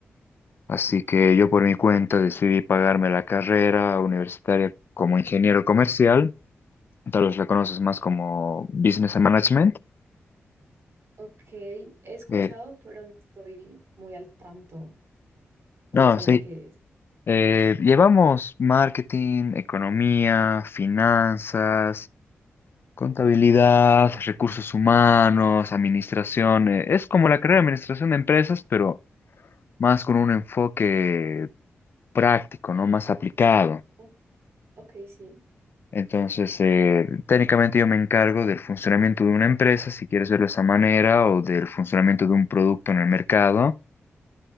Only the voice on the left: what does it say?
así que yo por mi cuenta decidí pagarme la carrera universitaria como ingeniero comercial, tal vez la conoces más
como Business and Management.
eh,
no,
sí,
eh, llevamos marketing, economía, finanzas, contabilidad, recursos humanos, administración, eh, es como la carrera de administración de empresas, pero más con un enfoque práctico, ¿no? Más aplicado.
Entonces, eh, técnicamente yo me encargo del funcionamiento de una empresa, si quieres verlo de esa manera, o del funcionamiento de un producto en el mercado,